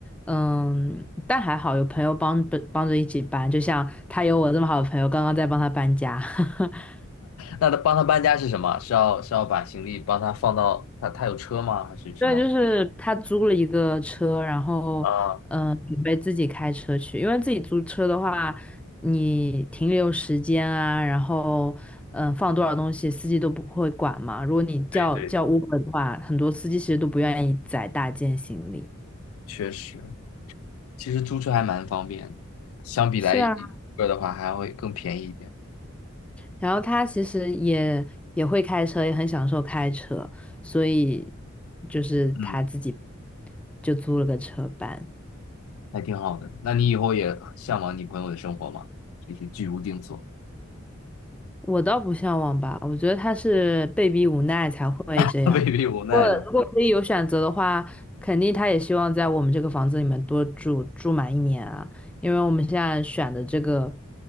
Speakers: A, in the centre; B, on the left.
A: 嗯，但还好有朋友帮着帮着一起搬，就像他有我这么好的朋友，刚刚在帮他搬家。<laughs>
B: 那他帮他搬家是什么？是要是要把行李帮他放到他他有车吗？还是什么？
A: 对，就是他租了一个车，然后嗯，
B: 啊，
A: 准备自己开车去，因为自己租车的话，你停留时间啊，然后嗯，放多少东西，司机都不会管嘛。如果你叫叫
B: 对对，
A: Uber 的话，很多司机其实都不愿意载大件行李。
B: 确实，其实租车还蛮方便的，相比来一个的话还会更便宜一点，
A: 是啊。然后他其实也也会开车，也很享受开车，所以就是他自己
B: 嗯，
A: 就租了个车班。
B: 还挺好的。那你以后也向往你朋友的生活吗？就是居无定所，
A: 我倒不向往吧，我觉得他是被逼无奈才会这样。
B: <laughs> 被逼无奈的。
A: 如果如果可以有选择的话，肯定他也希望在我们这个房子里面多住住满一年啊，因为我们现在选的这个，